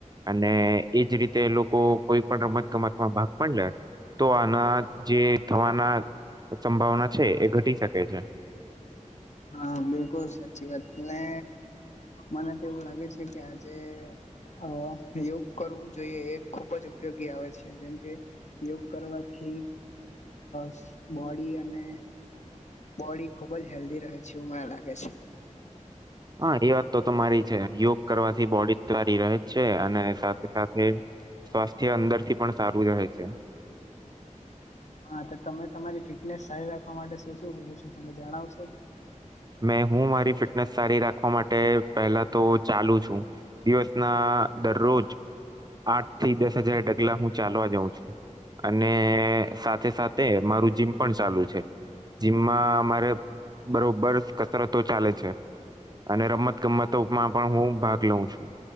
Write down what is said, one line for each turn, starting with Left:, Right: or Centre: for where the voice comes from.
Right: અને એજ રીતે લોકો કોઈ પણ રમત ગમતમાં ભાગ પણ લે તો આના જે થવાના સંભાવના છે, એ ઘટી શકે છે.
Left: હા બિલકુલ સાચી વાત ને મને તો એવું લાગે છે, કે આજે <unintelligible> યોગ કરવું જોઈએ એ ખુબ જ ઉપયોગી આવે છે, જેમ કે યોગ કરવાથી હ બોડી અને બોડી ખુબ જ હેલ્ધી રહે છે, એવું મને લાગે છે.
Right: હા એ વાત તો તમારી છે, યોગ કરવાથી બોડી સારી રહે જ છે, અને સાથે સાથે સ્વાસ્થ્ય અંદરથી પણ સારું રહે છે.
Left: હા તો તમે તમારી ફિટનેસ સારી રાખવા માટે શું શું કરો છો તમે જણાવશો?
Right: મે હું મારી ફિટનેસ સારી રાખવા માટે પેલા તો ચાલુ છું દિવસના દરરોજ આઠ થી દસ હજાર ડગલા હું ચાલવા જાઉં છું અને સાથે સાથે મારું જીમ પણ ચાલુ છે. જીમમાં અમારે બરોબર કસરતો ચાલે છે, અને રમત ગમતોમાં પણ હું ભાગ લઉં છું‌.